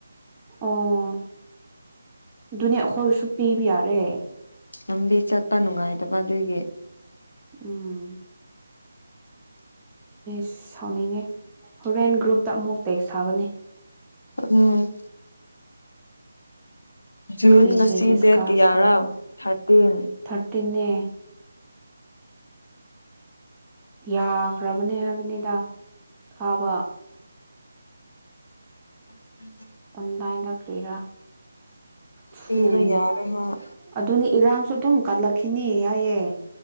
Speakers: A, on the right; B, on the left.
A: ꯑꯣ ꯑꯗꯨꯅꯦ ꯑꯩꯈꯣꯏꯁꯨ ꯄꯤꯕ ꯌꯥꯔꯦ
B: ꯂꯝꯕꯤ ꯆꯠꯄ ꯅꯨꯡꯉꯥꯏꯇꯕ ꯑꯗꯨꯒꯤ
A: ꯎꯝ ꯁꯥꯎꯅꯤꯡꯉꯦ ꯍꯣꯔꯦꯟ ꯒ꯭ꯔꯨꯞꯇ ꯑꯃꯨ ꯇꯦꯛ ꯁꯥꯒꯅꯤ
B: ꯎꯝ ꯖꯨꯟ
A: ꯀꯔꯤ
B: ꯉꯁꯤ
A: ꯀꯔꯤ ꯗꯤꯁꯀꯥꯁ
B: ꯗꯦꯠ ꯌꯥꯔꯥ
A: ꯇꯧꯕ꯭ꯔꯥ
B: ꯊꯥꯔꯇꯤꯟ
A: ꯊꯥꯔꯇꯤꯟꯅꯦ ꯌꯥꯈꯔ ꯊꯕꯅꯦ ꯍꯥꯏꯕꯅꯤꯗ ꯊꯥꯕ
B: ꯎꯝꯝ
A: ꯑꯣꯟꯗꯥꯏꯟꯗ ꯀ꯭ꯔꯤꯔꯥ ꯊꯨꯏꯅꯦ
B: ꯄꯤꯕ ꯌꯥꯔꯦ ꯍꯣꯏ
A: ꯑꯗꯨꯅꯤ ꯏꯔꯥꯡꯁꯨ ꯑꯗꯨꯝ ꯀꯠꯂꯛꯈꯤꯅꯤ ꯌꯥꯏꯑꯦ